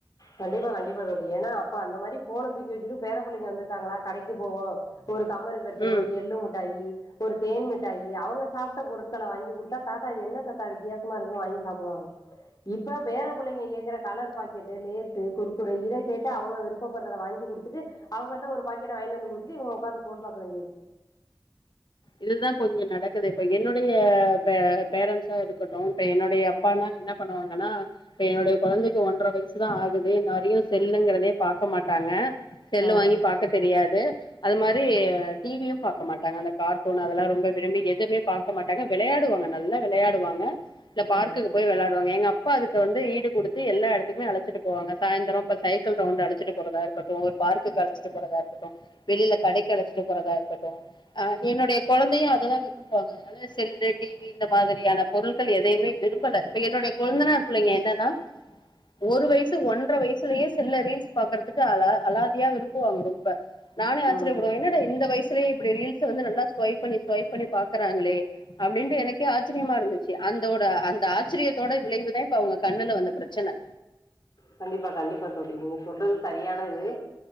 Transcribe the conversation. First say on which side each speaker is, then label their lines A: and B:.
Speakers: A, on the left; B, on the left.
A: கண்டிப்பா கண்டிப்பா தோழி ஏன்னா அப்ப அந்த மாரி ஃபோன தூக்கி வச்சுட்டு பேர புள்ளைங்க வந்திருக்காங்களா கடைக்கி போவோ ஒரு கமருகட்டு
B: ம்
A: ஒரு எள்ளு முட்டாயி ஒரு தேன் மிட்டாயி அவங்க சாப்ட்ட பொருட்கள வாங்கி குடுத்தா தாத்தா இது என்ன தாத்தா வித்தியாசமா இருக்குன்னு வாங்கி சாப்புடுவாங்க இப்ப பேர பிள்ளைங்க கேக்கற கலரு பாக்கெட்டு லே ஸு குர்க்குரே இத கேட்டு அவங்க விருப்பப்படுறத வாங்கி குடுத்துட்டு அவங்கள்ட்ட ஒரு பாக்கெட்ட வாங்கிட்டு வந்து குடுத்துட்டு இவங்க உக்காந்து ஃபோன் பாக்க வேண்டியது
B: இதுதா இப்போ இங்க நடக்குது இப்ப என்னுடைய பே பேரண்ட்ஸா இருக்கட்டு இப்ப என்னுடைய அப்பால்லா என்ன பண்ணுவாங்கன்னா இப்ப என்னுடைய கொழந்தைக்கு ஒன்ர வயசுதா ஆகுது நெறைய செல்லுங்கிறதே பாக்க மாட்டாங்க செல்லு
A: ஆ
B: வாங்கி பாக்க தெரியாது அது மாரி டி வி யு பாக்க மாட்டாங்க அந்த கார்ட்டூன் அதெல்லா ரொம்ப விரும்பி எதுமே பாக்க மாட்டாங்க வெளையாடுவாங்க நல்லா வெளையாடுவாங்க இல்ல பார்க்குக்கு
A: ஆ
B: போய் வெளையாடுவாங்க எங்க அப்பா அது க்கு வந்து ஈடு குடுத்து எல்லா எடத்துக்குமே அழைச்சிட்டு போவாங்க. சாயந்தரோ இப்ப சைக்கிள் ரவுண்ட் அழைச்சிட்டு போறதா இருக்கட்டு ஒரு பார்க்குக்கு அழைச்சிட்டு போறதா இருக்கட்டு வெளில கடைக்கு அழைச்சிட்டு போறதா இருக்கட்டு அ என்னுடைய கொழந்தையு அததா விரும்புவாங்க அதனால செல்லு டி வி இந்த மாதிரியான பொருட்கள் எதையுமே விரும்பல இப்ப என்னுடைய கொழந்தனார் புள்ளைங்க என்னனா ஒரு வயசு ஒன்ற வயசுலயே செல்ல ரீல்ஸ் பாக்குறதுக்கு அலா அலாதியா விரும்புவாங்க ரொம்ப நானே ஆச்சரியப்படுவே
A: ம்
B: என்னடா இந்த வய சுலயே இப்பிடி ரீல் ஸ வந்து நல்லா ஸ்வைப் பண்ணி ஸ்வைப் பண்ணி பாக்குறாங்களே அப்டின்ட்டு எனக்கே ஆச்சரியமா இருந்துச்சு அந்தோட அந்த ஆச்சரியத்தோட விளைவுதா இப்ப அவுங்க கண்ணுல வந்த பிரச்சன
A: கண்டிப்பா கண்டிப்பா தோழி நீ ங்க சொல்றது சரியான இது